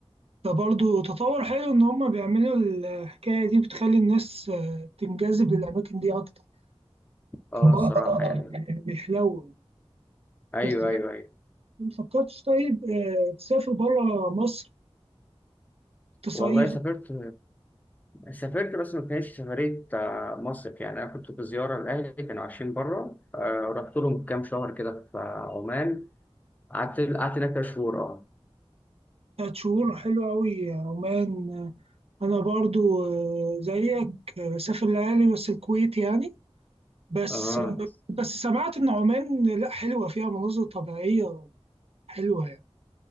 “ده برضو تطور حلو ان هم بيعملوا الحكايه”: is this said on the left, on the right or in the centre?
Right